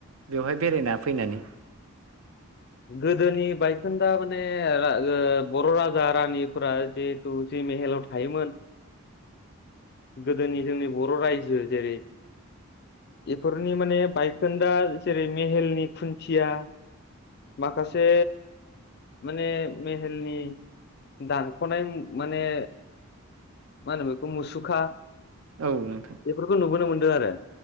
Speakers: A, on the right (about 65°); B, on the left (about 45°).
A: बेवहाय बेरायना फैनानै?
B: गोदोनि बायखोनदा माने रागो बर' राजा रानिफ जेहेथु जै मेहेलाव थायोमोन गोदोनि जोंनि बर' रायजो जेरै एफोरनि माने बायखोन्दा जेरै मेहेलनि खुन्थिया माखासे माने मेहेलनि दानख'नाय मु माने मा होनो बेखौ मुसुखा
A: औ नोंथां।
B: बेफोरखौ नुबोनो मोन्दों आरो।